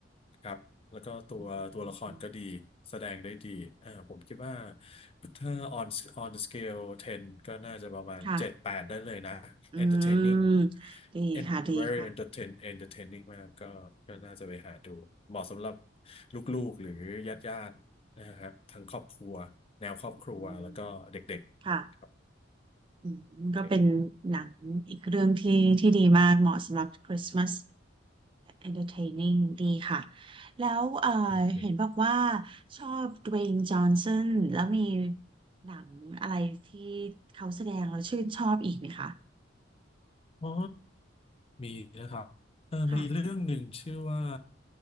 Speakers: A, on the left; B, on the right.
A: ครับแล้วก็ตัวตัวละครก็ดีแสดงได้ดีอ่าผมคิดว่า
B: อืม
A: ถ้า on on the scale 10 ก็น่าจะประมาณ7
B: ค่ะ
A: 8ได้เลยนะ
B: อื
A: entertaining
B: มดีค่ะดีค่ะ
A: and very entertain entertaining มากก็ก็น่าจะไปหาดูเหมาะสำหรับลูกๆหรือญาติๆนะครับทั้งครอบครัวแนวครอบครัวแล้วก็เด็กๆครับ
B: อืมค่ะอืมก็เป็นหนังอีกเรื่องที่ที่ดีมากเหมาะสำหรับ
A: โอ
B: Christmas entertaining ดีค่ะแล้วเอ่อ
A: โอเค
B: เห็นบอกว่าชอบ Dwayne Johnson แล้วมีหนังอะไรที่เขาแสดงแล้วชื่นชอบอีกไหมคะ
A: อ๋อ มีนะครับเออมีเรื่องหนึ่งชื่อว่า
B: ค่ะ